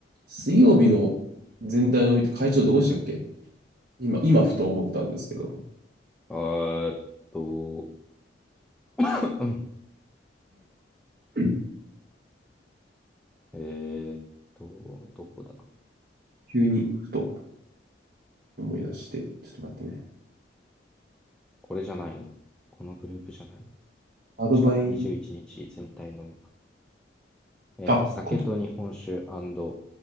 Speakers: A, on the right (about 55°); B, in the centre.
A: 水曜日の全体の見て会長どこでしたっけ今、今ふと思ったんですけど、
B: あーっと、<clears throat>
A: <clears throat>
B: えーっと、どこだ
A: 急にふと思い出して、ちょっと待ってね。
B: これじゃないな。このグループじゃないな。こっちか。
A: アドバイ、
B: 21日全体のみか。えーっと、
A: あ、
B: 酒と日本酒炭
A: こ、